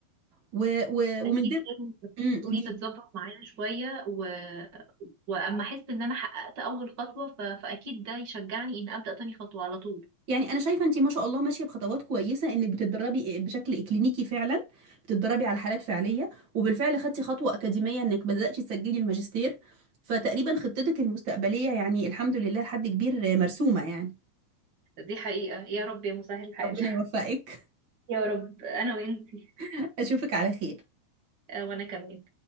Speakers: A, on the right; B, on the right.
A: و... و... ومن
B: اكيد
A: ده
B: لازم الدنيا
A: قولي
B: تتظبط معايا شوية و... واما احس ان انا حققت اول خطوة ف... فاكيد ده يشجعني ان ابدأ تاني خطوة على طول
A: يعني انا شايفه انت ما شاء الله ماشيه بخطوات كويسه انك بتتدربي آه، بشكل اكلينيكي فعلا بتتدربي على حالات فعليه وبالفعل خدتي خطوه اكاديميه انك بداتي تسجلي الماجستير فتقريبا خطتك المستقبليه يعني الحمد لله لحد كبير مرسومه يعني
B: دي حقيقة يا رب يا مسهل الحال
A: ربنا يوفقك
B: <laughs> يا رب انا وانتي
A: <laughs> اشوفك على خير
B: آه، وانا كمان